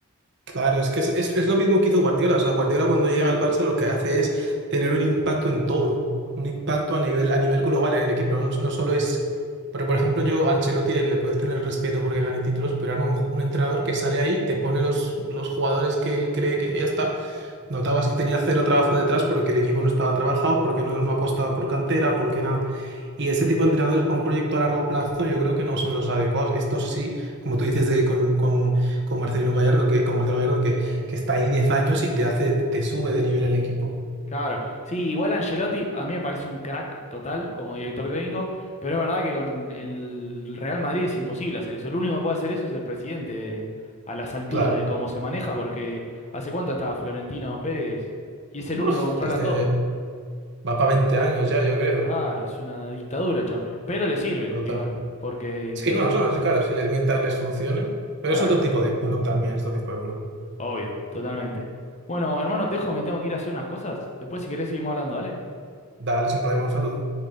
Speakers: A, on the right; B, on the left.
A: Claro, es que es, es- es lo mismo que hizo Guardiola. O sea, Guardiola cuando llega
B: Exacto.
A: al Barça lo que hace es tener un impacto en todo, un impacto a nivel, a nivel global en el equipo. No, no solo es. Pero, por ejemplo, yo a Ancelotti le, le puedes tener respeto porque gane títulos, pero era un, un entrenador que sale ahí, te pone los, los jugadores que él cree que ya está. Notabas que tenía cero trabajo detrás porque el equipo no estaba trabajado, porque no, no apostaba por cantera, porque nada. Y ese tipo de entrenadores para un proyecto a largo plazo yo creo que no son los adecuados. Estos sí, como tú dices de, con, con, con Marcelino Gallardo, que, con Marcelo Gallardo, que, que está ahí 10 años y te hace, te sube de nivel el equipo.
B: Claro. Sí, igual Ancelotti a mí me parece un crack total como director técnico, pero es verdad que con el Real Madrid es imposible hacer eso. El único que puede hacer eso es el presidente a las alturas
A: Claro.
B: de cómo se maneja, porque ¿hace cuánto estaba Florentino Pérez? Y es el
A: Uf,
B: único que controla
A: desde
B: todo.
A: va para 20 años ya, yo creo.
B: Claro, es una dictadura, chabón. Pero le sirve
A: Total.
B: igual, porque...
A: Sí, no, no, sí, claro, si les, mientras les funcione. Pero
B: Exacto.
A: es otro tipo de club también, este tipo de club.
B: Obvio, totalmente. Bueno, hermano, te dejo, me tengo que ir a hacer unas cosas. Después, si querés, seguimos hablando, ¿vale?
A: Dale sin problema un saludo.